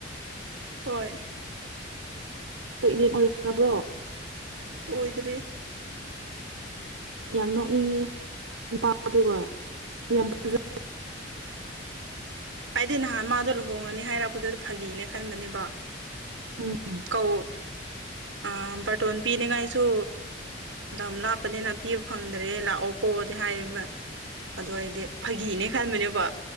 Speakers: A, on the right; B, on the right.
A: ꯍꯣꯏ
B: ꯄ꯭ꯔꯦꯛꯅꯦꯟꯠ ꯑꯣꯏꯈ꯭ꯔꯕ꯭ꯔꯣ
A: ꯑꯣꯏꯗ꯭ꯔꯤ
B: ꯌꯥꯝ ꯅꯣꯛꯅꯤꯡꯉꯦ ꯅꯨꯄꯥꯗꯨꯒ ꯌꯥꯝ ꯐꯖ
A: ꯑꯩꯗꯤ ꯅꯍꯥꯟ ꯃꯥꯗꯣ ꯂꯨꯍꯣꯡꯉꯅꯤ ꯍꯥꯏꯔꯛꯄꯗꯨꯗ ꯐꯥꯒꯤꯅꯦ ꯈꯟꯕꯅꯦꯕ
B: ꯎꯝ ꯎꯝ
A: ꯀꯧ ꯑ ꯕꯥꯔꯇꯣꯟ ꯄꯤꯅꯤꯡꯉꯥꯏꯁꯨ ꯂꯝ ꯂꯥꯞꯄꯅꯤꯅ ꯄꯤꯕ ꯐꯪꯗ꯭ꯔꯦ ꯂꯥꯛꯑꯣ ꯀꯣꯗꯤ ꯍꯥꯏꯌꯦꯕ ꯑꯗꯨ ꯑꯩꯗꯤ ꯐꯥꯒꯤꯅꯦ ꯈꯟꯕꯅꯦꯕ